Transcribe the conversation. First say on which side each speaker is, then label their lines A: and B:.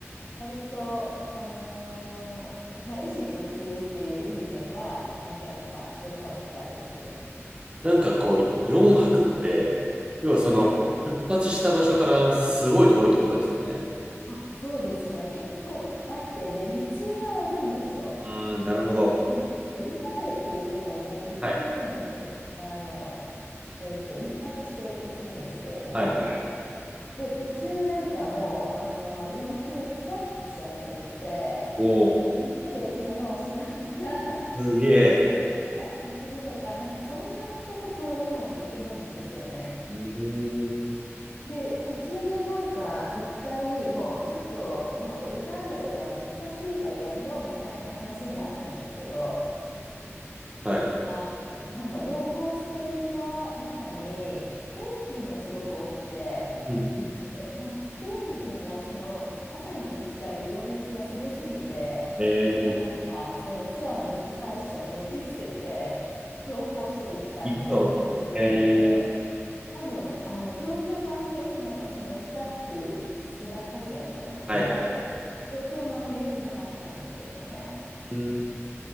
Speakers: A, on the left; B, on the right.
A: 割と、あのーまあ、意思疎通っていう意味では、なかなか良かったですけどね。
B: なんかこう、4泊って、要はその、
A: はい。
B: 出発した場所からすごい遠いってことですよね。
A: あ、そうですね。結構かかって、で、道が悪いんですよ。
B: ああ、なるほど。
A: 特にエルターレっていうところに行くまでに、
B: はい。
A: あの、えっと、一泊していくんですけれども、
B: はい、はい。
A: で、途中なんかもう、あの、四駆スタックしちゃったりして、
B: おお、
A: みんなで車を押しながら、<laughs>
B: すげえ。
A: スタックから脱出するとか、なんかそんなとこ通らないといけないんですよね。
B: うーん。
A: で、途中でなんか、一回もうちょっと、もうエルターレーは難しいからやめようみたいな話になったんですけど、
B: はい。
A: あ、なんか同行していた中に、スペイン人がすごく多くて、
B: うんうん。
A: でなんかスペイン人がその火山に行きたい情熱がすごすぎて、
B: ええ
A: もうなんかそのツアーの主催者をねじ伏せて強行していったみたいな感じだったんで、
B: 行くぞ。ええ
A: 多分あの状況もあんまり良くなかった、そのスタックしてばっかりだったので、
B: はい、はい。う
A: 状況もあんまり良くなかったんですけどね。
B: ーん